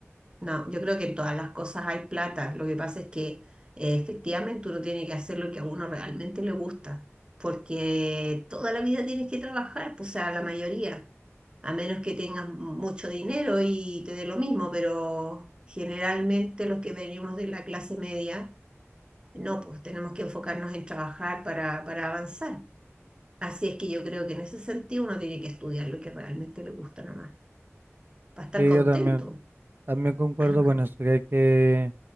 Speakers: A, on the right; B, on the right.
A: No, yo creo que en todas las cosas hay plata. Lo que pasa es que eh, efectivamente uno tiene que hacer lo que a uno realmente le gusta, porque toda la vida tienes que trabajar, pues, o sea, la mayoría, a menos que tengas mucho dinero y te dé lo mismo, pero generalmente los que venimos de la clase media, no, pues tenemos que enfocarnos en trabajar para, para avanzar. Así es que yo creo que en ese sentido uno tiene que estudiar lo que realmente le gusta nomás, para estar
B: Sí,
A: contento.
B: yo también, también concuerdo
A: <clears throat>
B: con eso, que hay que